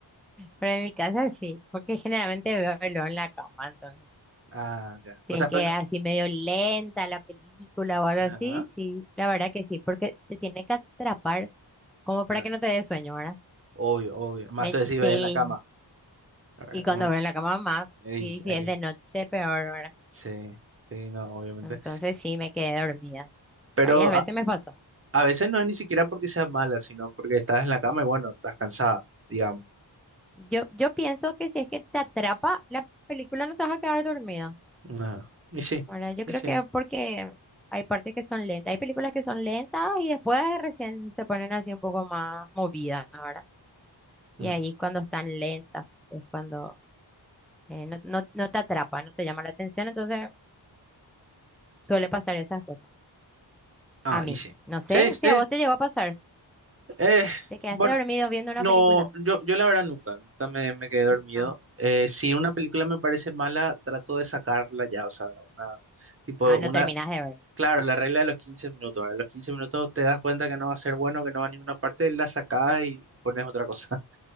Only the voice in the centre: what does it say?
Pero en mi casa sí, porque generalmente veo verlo en la cama, entonces.
Si
es
que
así medio lenta la película o algo
así, sí, la verdad que sí, porque te tiene que atrapar como para
que no te dé sueño, ¿verdad?
Me-
sí,
y cuando
veo en la cama más,
y si
es de noche, peor, ¿verdad?
Entonces sí, me quedé dormida.
Varias veces
me pasó.
Yo, yo pienso que si es que te atrapa la película no te vas a quedar dormida.
Ahora, yo
creo
que porque hay partes que son lentas. Hay películas que son lentas y después recién se ponen así un poco más movidas, ahora Y
ahí cuando están lentas es cuando eh, no, no, no te atrapa, no te llama la atención. Entonces suele pasar esas cosas.
A mí.
No sé
si a vos te llegó a pasar.
¿Te quedaste
dormido viendo una
película?
No.
Ah,
no terminás de ver.